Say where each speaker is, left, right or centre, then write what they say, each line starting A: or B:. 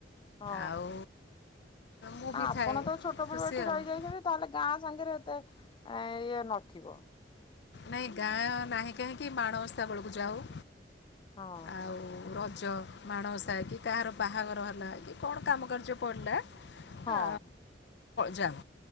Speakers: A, on the left; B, on the left.
A: ହଁ
B: ଆଉ ମୁଁ ବି
A: ଆ ଆପଣ
B: ଥାଏ
A: ତ ଛୋଟବେଳୁ
B: ଖୁସି
A: ଏଠି
B: ଆଉ
A: ରହିଯାଇଛନ୍ତି, ତାହେଲେ ଗାଁ ସାଙ୍ଗେ ଏତେ ଇଏ ନଥିବ।
B: ନହିଁ ଗାଁ ନାହିଁ କାହିଁକି ମାଣବସ୍ ବେଳକୁ ଯାଉ।
A: ହଁ।
B: ଆଉ ରଜ ମାଣସା କି କାହାର ବାହାଘର ହେଲା କି କଣ କାମ କାର୍ଯ୍ୟ ପଡ଼ିଲା
A: ହଁ।
B: ଆ, ଯାଉ,